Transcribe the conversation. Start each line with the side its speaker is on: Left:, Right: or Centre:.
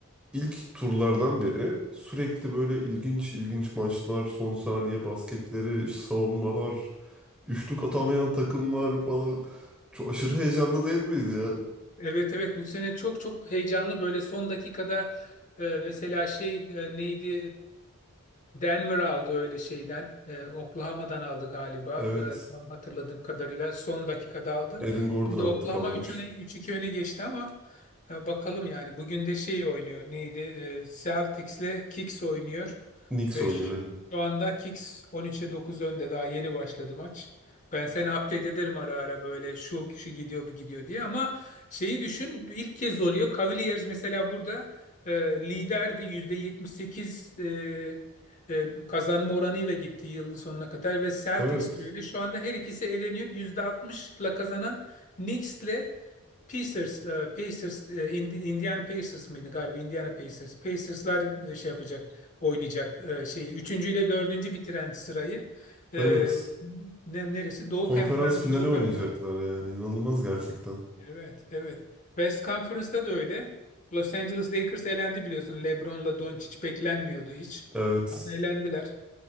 Centre: ilk turlardan beri sürekli böyle ilginç ilginç maçlar, son saniye basketleri, savunmalar, üçlük atamayan takımlar falan. Çok aşırı heyecanlı değil miydi ya?
Left: Evet evet bu sene çok çok heyecanlı böyle son dakikada e, mesela şey e, neydi e, Denver aldı öyle şeyden. E, Oklahoma'dan aldı galiba.
Centre: Evet.
Left: E, tam hatırladığım kadarıyla son dakikada aldı.
Centre: Aaron Gordon
Left: Şimdi Oklahoma
Centre: attı falan
Left: 3
Centre: üçlük.
Left: öne üç iki öne geçti ama e, bakalım yani. Bugün de şey oynuyor. Neydi? E, Celtics'le Kicks oynuyor.
Centre: Knicks
Left: Ve
Centre: oynuyor
Left: ş-
Centre: aynen.
Left: şu anda Kicks 13'e 9 önde. Daha yeni başladı maç. Ben seni update ederim ara ara böyle şu kişi gidiyor bu gidiyor diye ama şeyi düşün ilk kez oluyor. Cavaliers mesela burada e, liderdi %78 e, e, kazanma oranıyla gitti yılın sonuna kadar ve Celtics
Centre: Evet.
Left: de öyle. Şu anda her ikisi eleniyor. %60'la kazanan Knicks'le Pacers, e, Pacers, e, Ind- Indiana Pacers mıydı galiba? Indiana Pacers. Pacers'lar e, şey yapacak, oynayacak e, şey. Üçüncü ile dördüncü bitiren sırayı. e,
Centre: Evet.
Left: ne- neresi? Doğu
Centre: Konferans
Left: Konferans,
Centre: finali
Left: Doğu
Centre: oynayacaklar
Left: Konferans.
Centre: yani. İnanılmaz gerçekten.
Left: Evet, evet. West Conference'da da öyle. Los Angeles Lakers elendi biliyorsun. LeBron'la Doncic beklenmiyordu hiç.
Centre: Evet.
Left: Ama elendiler.